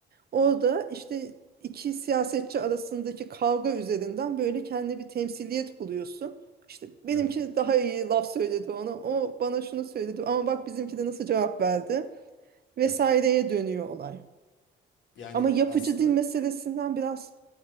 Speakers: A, on the right; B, on the left.
A: Orada işte iki siyasetçi arasındaki kavga üzerinden böyle kendi bir temsiliyet buluyorsun. İşte benimki
B: Evet.
A: daha iyi laf söyledi ona, o bana şunu söyledi ama bak bizimki de nasıl cevap verdi vesaireye
B: Heh.
A: dönüyor olay.
B: Yani
A: Ama yapıcı
B: aslında
A: dil meselesinden biraz